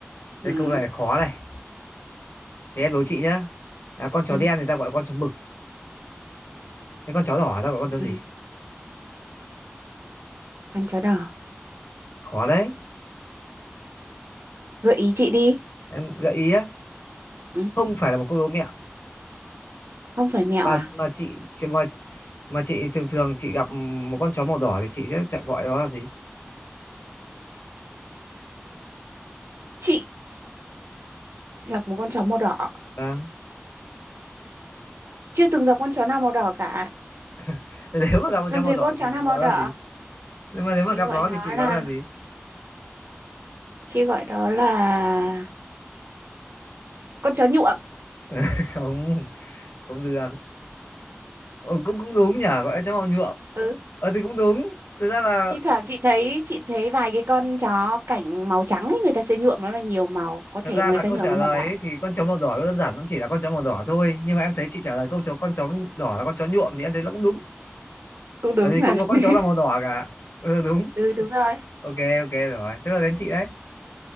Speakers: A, on the right (about 70°); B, on the left (about 60°).
A: ừ
B: Thế câu này khó này. Thế em đố chị nhá. À, con chó
A: ừ.
B: đen thì ta gọi là con chó mực. Thế con chó đỏ ta gọi là con chó gì?
A: ừ con chó đỏ
B: Khó đấy.
A: gợi ý chị đi
B: Em gợi ý á,
A: ừ
B: không phải là một câu đố mẹo
A: không phải mẹo
B: mà
A: à
B: mà chị chị mà mà chị thường thường chị gặp một con chó màu đỏ thì chị sẽ chả- gọi nó là gì
A: chị gặp một con chó màu đỏ
B: vâng
A: chưa từng gặp con chó nào màu đỏ cả
B: <laughs> nếu mà gặp con
A: làm
B: chó màu
A: gì
B: đỏ
A: có con chó
B: thì
A: nào
B: chị
A: màu
B: gọi
A: đỏ
B: nó là gì nhưng mà nếu
A: chị
B: mà gặp
A: gọi
B: nó
A: nó
B: thì chị gọi
A: là
B: nó là gì
A: chị gọi đó là con chó nhuộm
B: <laughs> không không được ừ, cũng cũng đúng nhỉ gọi là chó màu nhuộm
A: ừ
B: ờ thì cũng đúng thực ra là
A: thi thoảng chị thấy chị thấy vài cái con chó cảnh màu trắng ấy, người ta sẽ nhuộm nó là nhiều màu có
B: thật
A: thể
B: ra
A: người
B: là
A: ta
B: câu
A: nhuộm
B: trả
A: nó
B: lời
A: màu đỏ
B: ấy, thì con chó màu đỏ nó đơn giản nó chỉ là con chó màu đỏ thôi nhưng mà em thấy chị trả lời câu chó con chó đỏ là con chó nhuộm thì em thấy nó cũng đúng
A: cũng đúng
B: bởi vì
A: mà
B: không có con
A: <laughs>
B: chó là màu đỏ cả ừ, đúng
A: ừ đúng rồi
B: ok ok rồi tức là đến chị đấy